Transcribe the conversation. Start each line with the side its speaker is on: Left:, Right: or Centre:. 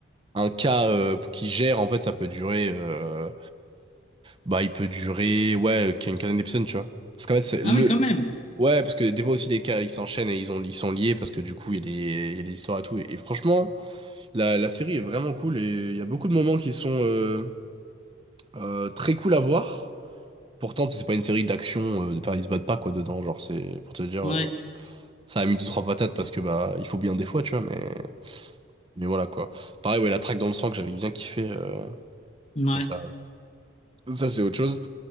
Right: un cas euh, qui gère, en fait, ça peut durer... euh, bah, il peut durer, ouais, une quinzaine d'épisodes, tu vois. Parce qu'en fait, c'est-
Left: Ah
Right: le,
Left: oui, quand même.
Right: Ouais, parce que des fois aussi des cas ils s'enchaînent et ils ont, ils sont liés parce que du coup il y a des, il y a des histoires et tout. Et, et franchement, la, la série est vraiment cool et il y a beaucoup de moments qui sont euh, euh, très cool à voir. Pourtant, c'est pas une série d'action, euh, enfin ils se battent pas quoi dedans. Genre, c'est pour te dire,
Left: Ouais,
Right: euh, ça a mis deux trois patates parce que bah il faut bien des fois, tu vois, mais, mais voilà quoi. Pareil, ouais, la traque dans le sang que j'avais bien kiffé, euh,
Left: ouais.
Right: mais ça, ça c'est autre chose.